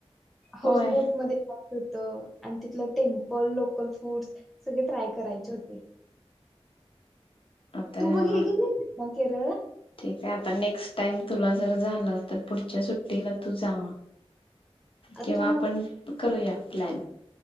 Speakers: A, on the left; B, in the centre.
A: होय
B: हाऊस बोट <unintelligible> होत आणि तिथलं टेम्पल लोकल फूड्स सगळे ट्राय करायचे होते.
A: आताया
B: तू बघ हे गेली ना केरळला
A: ठीक आहे आता नेक्स्ट टाइम तुला जर झालं तर पुढच्या सुट्टीला तू जा मग कीव्हा
B: तू
A: आपण करूया प्लॅन.